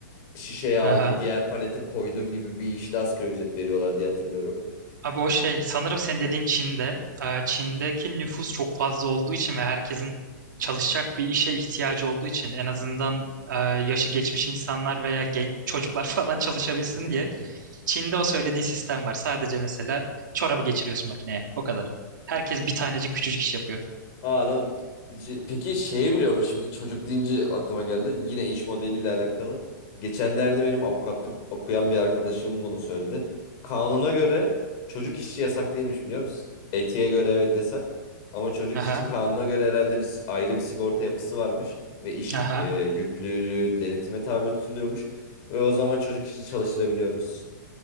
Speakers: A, on the left (about 35°); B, on the right (about 75°).
A: şişeye aldın
B: Aha.
A: diğer palete koydun gibi bir işte asgari ücret veriyorlar diye hatırlıyorum.
B: Abi o şey sanırım senin dediğin Çin'de. Ee, Çin'deki nüfus çok fazla olduğu için ve herkesin çalışacak bir işe ihtiyacı olduğu için en azından e, yaşı geçmiş insanlar veya genç çocuklar <laughs> falan çalışabilsin
A: <laughs>
B: diye Çin'de o söylediğin sistem var. Sadece mesela çorabı geçiriyorsun makineye. O kadar. Herkes bir tanecik küçücük iş yapıyor.
A: Aa, anladım. C- Peki şeyi biliyor musun? Şimdi çocuk deyince aklıma geldi. Yine iş modeliyle alakalı. Geçenlerde benim avukatlık okuyan bir arkadaşım bunu söyledi. Kanuna göre çocuk işçi yasak değilmiş biliyor musun? Etiğe göre evet yasak. Ama çocuk
B: Aha.
A: işçi kanuna göre herhalde bir si- ayrı bir sigorta yapısı varmış. Ve iş
B: Aha.
A: e, yüklülüğün denetime tabi tutuluyormuş. Ve o zaman çocuk işçi çalıştırabiliyormuş.